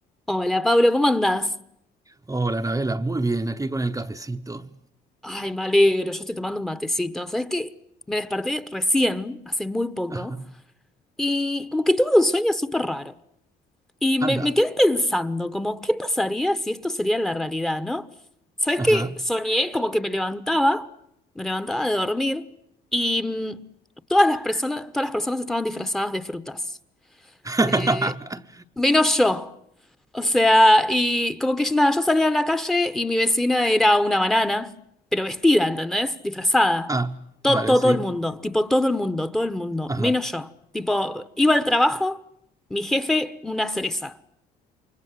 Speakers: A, in the centre; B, on the right.
A: Hola Pablo, ¿cómo andás?
B: Hola, Anabela, muy bien, aquí con el cafecito.
A: Ay, me alegro, yo estoy tomando un matecito. ¿Sabés qué? Me desperté recién, hace muy poco,
B: Ajá.
A: y como que tuve un sueño súper raro. Y me,
B: Anda.
A: me quedé pensando, como, ¿qué pasaría si esto sería la realidad, no? ¿Sabés
B: Ajá.
A: qué? Soñé como que me levantaba, me levantaba de dormir, y mm, todas las personas, todas las personas estaban disfrazadas de frutas.
B: <laughs>
A: Eh, menos yo. O sea, y como que nada, yo salía a la calle y mi vecina era una banana, pero vestida, ¿entendés? Disfrazada.
B: Ah,
A: todo
B: vale,
A: todo
B: sí.
A: el mundo, tipo todo el mundo, todo el mundo,
B: Ajá.
A: menos yo. Tipo, iba al trabajo, mi jefe, una cereza.